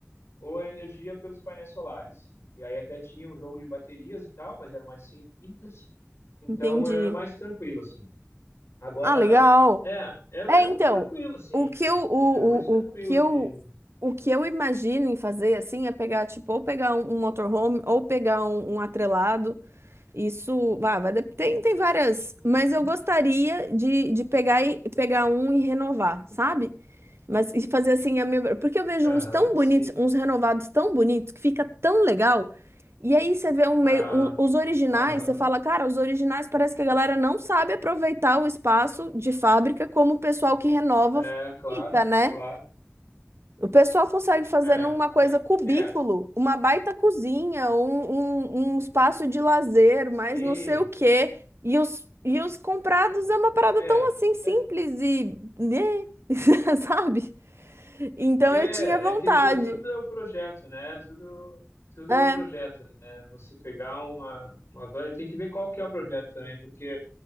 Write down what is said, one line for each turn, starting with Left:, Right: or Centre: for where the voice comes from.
Left: ou a energia pelos painéis solares. E aí até tinha um jogo de baterias e tal, mas era mais simples. Então
Right: Entendi.
Left: era mais tranquilo, assim. Agora,
Right: Ah, legal.
Left: é, é, é
Right: É,
Left: muito
Right: então,
Left: tranquilo, assim.
Right: o que eu, o,
Left: É muito tranquilo
Right: o, o que eu,
Left: de.
Right: o que eu imagino em fazer, assim, é pegar, tipo, ou pegar um, um motorhome, ou pegar um, um atrelado. Isso, vá, vai, dep- tem, tem várias,
Left: Uhum.
Right: mas eu gostaria de, de pegar, e, pegar um e renovar, sabe? Mas e fazer assim, a minha... porque eu vejo
Left: Aham,
Right: uns tão bonitos,
Left: sim.
Right: uns renovados tão bonitos, que fica tão legal. E aí você vê um
Left: Ah,
Right: meio, um- os originais,
Left: aham.
Right: você fala, cara, os originais parece que a galera não sabe aproveitar o espaço de fábrica como o pessoal que renova
Left: É, claro,
Right: fica, né?
Left: claro.
Right: O pessoal consegue fazer
Left: É,
Right: numa coisa
Left: é,
Right: cubículo,
Left: é,
Right: uma baita cozinha, um, um, um espaço
Left: sim,
Right: de lazer,
Left: sim,
Right: mas não sei o quê. E os, e os comprados é uma parada
Left: é,
Right: tão assim simples
Left: é,
Right: e, né? <laughs> sabe? Então
Left: é,
Right: eu tinha vontade.
Left: é que tu, tudo é o projeto, né? Tudo, tudo
Right: É,
Left: é o projeto, né? Você pegar uma, uma van, tem que ver qual que é o projeto também, porque